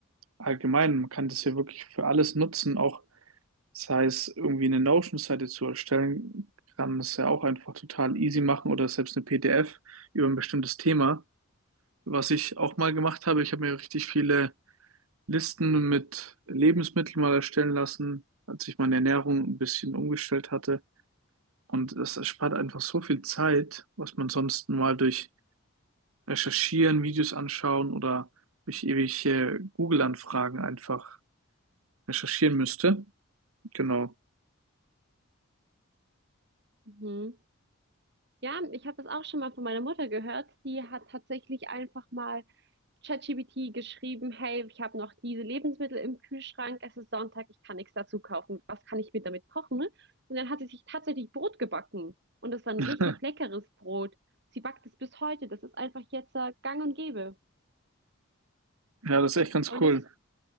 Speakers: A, on the right (about 80°); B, on the right (about 50°).
A: allgemein, man kann das ja wirklich für alles nutzen, auch sei es irgendwie eine Notion-Seite zu erstellen, kann es ja auch einfach total easy machen oder selbst eine PDF über ein bestimmtes Thema. Was ich auch mal gemacht habe, ich habe mir richtig viele Listen mit Lebensmitteln mal erstellen lassen, als ich meine Ernährung ein bisschen umgestellt hatte. Und das erspart einfach so viel Zeit, was man sonst mal durch Recherchieren, Videos anschauen oder durch ewige Google-Anfragen einfach recherchieren müsste. Genau.
B: Mhm. Ja, ich habe das auch schon mal von meiner Mutter gehört. Die hat tatsächlich einfach mal ChatGPT geschrieben, hey, ich habe noch diese Lebensmittel im Kühlschrank, es ist Sonntag, ich kann nichts dazu kaufen. Was kann ich mir damit kochen? Und dann hat sie sich tatsächlich Brot gebacken. Und das war ein
A: <laughs>
B: richtig leckeres Brot. Sie backt es bis heute. Das ist einfach jetzt äh, gang und gäbe.
A: Ja, das ist echt ganz
B: Und
A: cool.
B: es ist